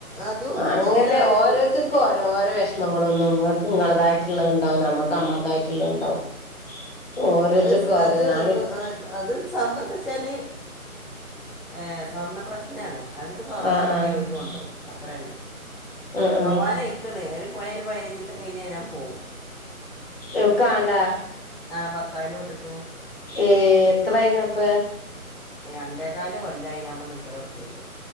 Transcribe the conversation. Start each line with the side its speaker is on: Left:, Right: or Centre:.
Centre: അതും
Left: അങ്ങനത്തെ
Centre: എല്ലാം അതിപ്പോൾ
Left: ഓരോരുത്തർക് ഓരോ ഓരോ വിഷമം. <unintelligible> ന്നു ങ്ങക്ക്ഇളതായിട്ട്ള്ളത് ഉണ്ടാവും നമ്മക്ക്ന്നമ്മളതായിട്ടുള്ളതും <unintelligible> ഓരോരുത്തർക്ക്
Centre: അത് സ-
Left: ഓരോ
Centre: അത്
Left: ഞാനൊക്കെ
Centre: ഒന്ന് അത് അത് സംഭവം എന്താന്ന് വെച്ചാല് എഹ് സ്വർണ പ്രശ്നാണ്. അവർക്ക് സ്വർണം
Left: ആഹ്
Centre: കിട്ടിയാ
Left: ആഹ്
Centre: അവര് കൊണ്ടോവും അത്രതന്നെ
Left: ആഹ്
Centre: പോവാനായിക്ണ്
Left: ആഹ്
Centre: ഏറി പോയൊ ഒരു പതിനഞ്ചിസം കഴിഞ്ഞാ ഞാൻ പോവും.
Left: എവ്ട്ക്ക ആൺണ്ടാ.
Centre: ആഹ ഭർത്താവിന്റെ വീട്ടിക്ക്
Left: ഏ എത്രായിന്നപ്പ.
Centre: രണ്ടേ കാല് കൊല്ലായി ഞാൻ ഇപ്പോൾ നിൽക്കലുകൊടുത്തീട്ട്